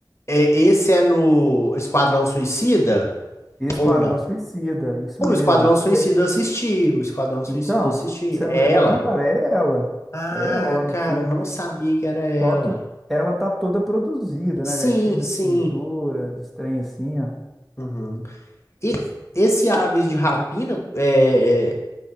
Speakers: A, on the left (about 35°); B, in the centre.
A: É, esse é no Esquadrão Suicida
B: Esquadrão
A: ou não?
B: Suicida, isso
A: O
B: mesmo.
A: Esquadrão Suicida
B: Tem,
A: eu assisti. O Esquadrão Suicida
B: Então,
A: eu assisti.
B: você
A: É
B: não lembra
A: ela?
B: não, cara? É ela.
A: Ah,
B: É ela lá no
A: cara,
B: filme.
A: eu não sabia que era ela.
B: Só que ela tá toda produzida,
A: Sim,
B: né, velho? Cheia das
A: sim.
B: pinturas, dos trem assim, ó.
A: Uhum. E esse Aves de Rapina, é, é-